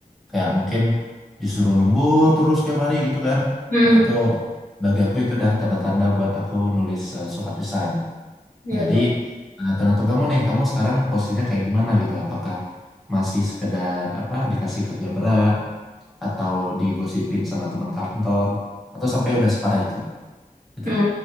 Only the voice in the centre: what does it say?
Kayak mungkin disuruh lembur terus tiap hari gitu kan.
Nah itu bagi aku itu udah tanda-tanda buat aku nulis eh, surat resign.
Nah, jadi
eh, tergantung kamu nih, kamu sekarang posisinya kayak gimana gitu. Apakah masih sekedar apa dikasih kerja berat atau digosipin sama teman kantor atau sampai udah separah itu gitu
loh.